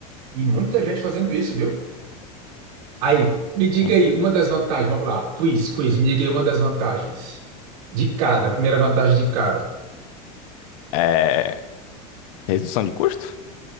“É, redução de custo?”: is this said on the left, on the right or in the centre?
Left